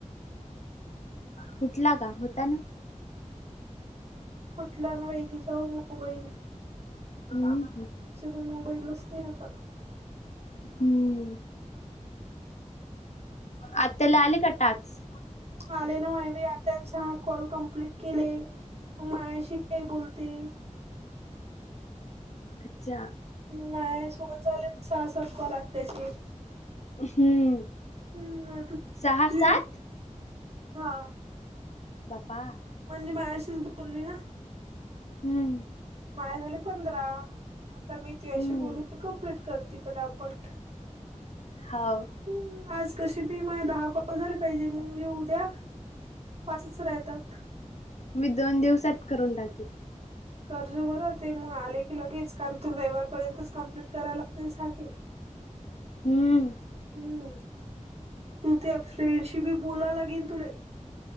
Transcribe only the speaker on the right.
हम्.
फुटला ना बाई तीचा मोबाईल.
मोबाइलच नाही आता.
आले ना माय आत्यांचा कॉल कम्प्लीट केले. माझ्याशी काय बोलते.
माझ्या सोबत झालेत सहा सात कॉल आत्याची.
हम् आता
ते,
हा.
म्हणजे माझ्याशीच बोलली ना!
माया झाले पंधरा, आता मी तुझ्याशी
बोलून कंप्लीट करती पटापट.
हम्म, आज कशी बी माय दहा कॉ कॉल झाले पाहिजे, मंग <unintelligible> उद्या पाचच ऱ्हायतात.
करजो बरं, ते मग आले की लगेच. कारन तू रविवारपर्यंतच कम्प्लीट कराय लागतीन साके.
हम्म, तू त्या फ्रेंडशी बी बोला लागीन तुले.